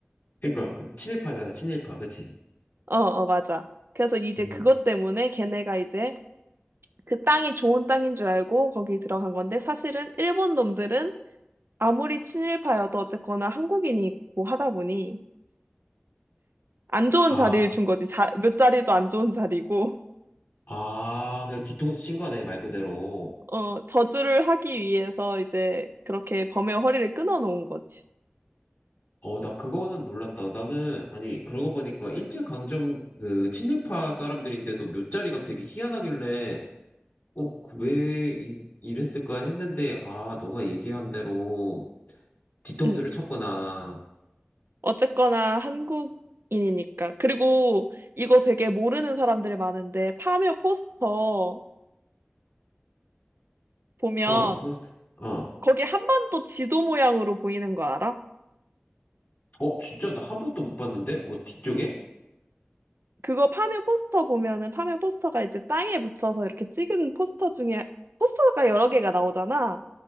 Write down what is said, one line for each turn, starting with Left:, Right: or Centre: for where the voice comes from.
Left: 그러니까 그 친일파잖아, 친일파. 그치?
Right: 어, 어, 맞아. 그래서 이제
Left: 음.
Right: 그것 때문에 걔네가 이제 그 땅이 좋은 땅인 줄 알고 거기 들어간 건데 사실은 일본 놈들은 아무리 친일파여도 어쨌거나 한국인이고 하다 보니 안 좋은
Left: 아,
Right: 자리를 준 거지. 자, 몇 자리도 안 좋은 자리고.
Left: 아, 그 뒤통수 친 거네, 말 그대로.
Right: <laughs> 어, 저주를 하기 위해서 이제 그렇게 범의 허리를 끊어 놓은 거지.
Left: 어, 나 그거는 몰랐다. 나는, 아니, 그러고 보니까 일제강점, 그, 친일파 사람들인데도 묫자리가 되게 희한하길래 어, 그왜 이, 이랬을까 했는데, 아, 너가 얘기한 대로 디톡스를
Right: 응.
Left: 쳤구나.
Right: 어쨌거나 한국인이니까. 그리고 이거 되게 모르는 사람들이 많은데 파묘 포스터 보면
Left: 어, 포스트, 어,
Right: 거기 한반도 지도 모양으로 보이는 거 알아?
Left: 어, 진짜 나 한 번도 못 봤는데? 어, 뒤쪽에?
Right: 그거 파묘 포스터 보면은 파묘 포스터가 이제 땅에 묻혀서 이렇게 찍은 포스터 중에 포스터가 여러 개가 나오잖아.